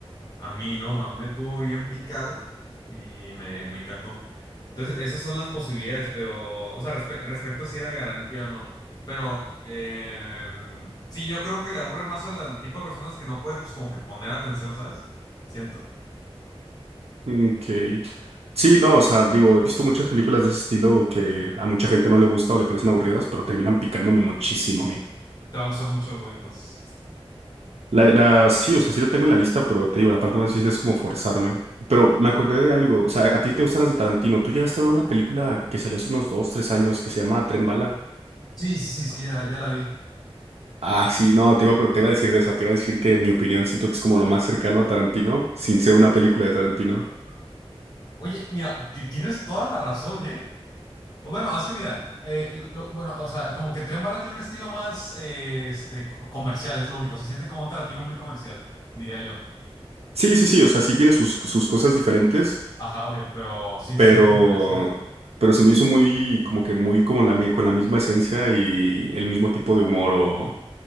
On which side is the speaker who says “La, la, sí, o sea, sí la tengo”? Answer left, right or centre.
Right